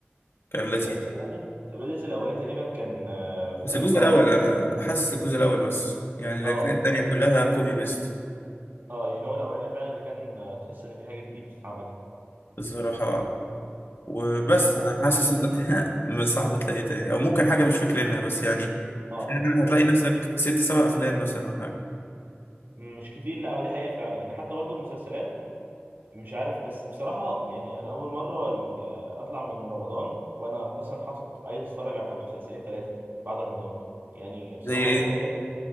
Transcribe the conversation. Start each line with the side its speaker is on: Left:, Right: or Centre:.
Left: كان لذيذ
Right: ده- بس ولاد رزق ولاد رزق الاولاني تقريبا كان آه، في
Left: بس الجزء
Right: اخر اه
Left: الأول أنا حاسس الجزء الأول بس يعني الأجزاء
Right: اه بالظبط
Left: التانية كلها كوبي بيست
Right: اه يعني هو الاولاني فعلا اللي كان آه، تحس ان في حاجه جديده بتتعمل
Left: الصراحة وبس
Right: آه، هل
Left: أنا حاسس
Right: في حاجه تانية
Left: إن أنت <laughs> صعب تلاقي تاني أو ممكن حاجة مش فاكرينها بس يعني
Right: اه
Left: فعلاً
Right: بالظبط
Left: هتلاقي نفسك ست سبع أفلام مثلا أو حاجة
Right: مش كتير لا ودي حقيقه فعلا يعني حتى برضو المسلسلات مش عارف بس بصراحة يعني أنا أول مرة ي- أطلع من رمضان وأنا مثلا حاطط عايز أتفرج على مسلسلين ثلاثة بعد رمضان يعني بصراحة
Left: زي إيه؟
Right: في حاجات